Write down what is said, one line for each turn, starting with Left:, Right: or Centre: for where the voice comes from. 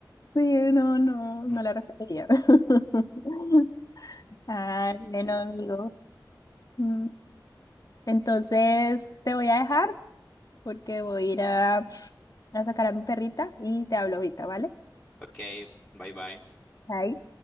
Left: Sí, no, no, no
Centre: <laughs>
Left: la repetiría. <laughs> Ay,
Centre: Sí,
Left: bueno,
Centre: sí,
Left: amigo.
Centre: sí.
Left: Mm, Entonces te voy a dejar porque voy a ir a, a sacar a mi perrita y te hablo ahorita, ¿vale?
Centre: Ok, bye bye.
Left: Bye.